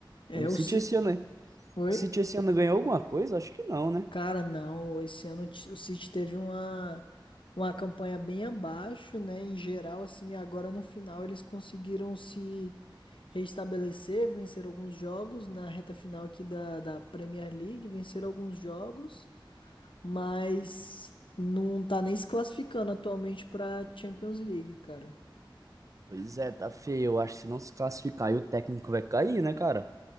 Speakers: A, on the left (about 80°); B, on the right (about 40°).
A: É
B: O City
A: o City.
B: esse ano, né?
A: Oi?
B: O City esse ano ganhou alguma coisa? Acho que não, né?
A: Cara, não, esse ano t- o City teve uma, uma campanha bem abaixo, né? Em geral, assim, agora no final eles conseguiram se restabelecer, vencer alguns jogos na reta final aqui da, da Premier League, venceram alguns jogos, mas não tá nem se classificando atualmente pra Champions League, cara.
B: Pois é, tá feio. Eu acho que se não se classificar, aí o técnico vai cair, né, cara?